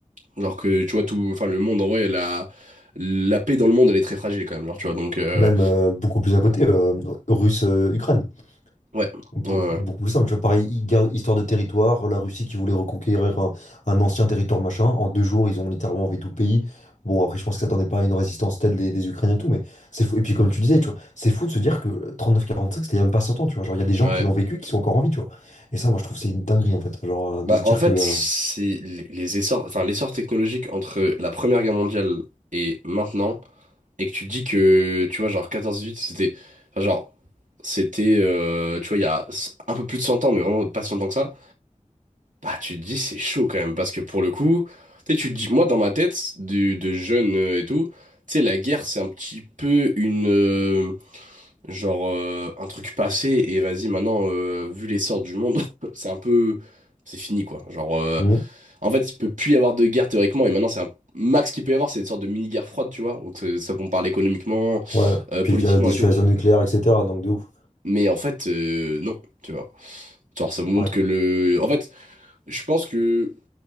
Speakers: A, on the right; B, on the left.
A: Alors que, tu vois, tout, enfin, le monde, en vrai, la, la paix dans le monde, elle est très fragile quand même, genre, tu vois. Donc, euh,
B: Même euh, beaucoup plus à côté, euh, russe-Ukraine.
A: ouais,
B: Beau-
A: ouais,
B: Beaucoup plus simple, tu vois, pareil, hi- guerre- histoire de territoire, la Russie qui voulait reconquérir un, un ancien territoire, machin, en deux jours, ils ont littéralement fait tout le pays. Bon, après, je pense qu'ils s'attendaient pas à une résistance telle des, des Ukrainiens et tout, mais c'est fou. Et puis, comme tu disais, tu vois, c'est fou de se dire que 39-45, c'était il y a même pas 100 ans, tu vois. Genre, il y a des gens
A: ouais.
B: qui l'ont
A: ouais.
B: vécu, qui sont encore en vie, tu vois. Et ça, moi, je trouve que c'est une dinguerie, en fait. Genre, euh, de
A: Bah,
B: se dire
A: en fait,
B: que. euh,
A: c'est les les essors, enfin, l'essor technologique entre la Première Guerre mondiale et maintenant. et que tu dis que, tu vois, genre 14-18, c'était, enfin, genre, c'était, euh, tu vois, il y a un peu plus de 100 ans, mais vraiment pas si longtemps que ça, bah, tu te dis, c'est chaud quand même, parce que pour le coup, tu sais, tu te dis, moi, dans ma tête, du, de jeune euh, et tout, tu sais, la guerre, c'est un petit peu une, euh, genre, euh, un truc passé, et vas-y, maintenant, euh, vu l'essor du monde, <laughs> c'est un peu, c'est fini, quoi. Genre, euh,
B: hmm,
A: en fait, il peut plus y avoir de guerre théoriquement, et maintenant, c'est un max qu'il peut y avoir, c'est une sorte de mini-guerre froide, tu vois. Donc, ça, ça, on parle économiquement,
B: ouais,
A: euh,
B: puis
A: politiquement
B: via dissuasion
A: et tout.
B: nucléaire, etc. Donc, de ouf.
A: Mais en fait, euh, non, tu vois. Genre, ça vous montre
B: Ouais,
A: que le. En fait, je pense que.